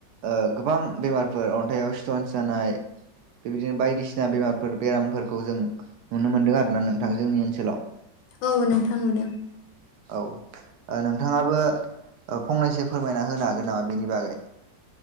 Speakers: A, on the right; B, on the left.
A: ओ गोबां बेमारफोर अन्थाइयाव स्टनस जानाय बेबायदिनो बायदिसिना बेमारफोर बेरामफोरखौ जों नुनो मोनदों आरोना नोंथां जोंनि ओनसोलाव
B: औ नोंथां नुदों
A: औ ओ नोंथाङाबो ओ फंनैसो फोरमायना होनो हागोन नामा बेनि बागै